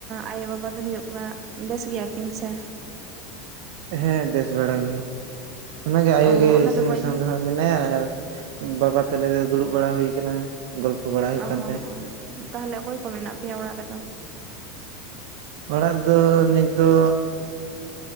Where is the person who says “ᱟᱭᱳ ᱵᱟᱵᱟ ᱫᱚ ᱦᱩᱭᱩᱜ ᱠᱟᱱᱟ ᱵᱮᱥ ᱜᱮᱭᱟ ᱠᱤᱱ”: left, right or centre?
Right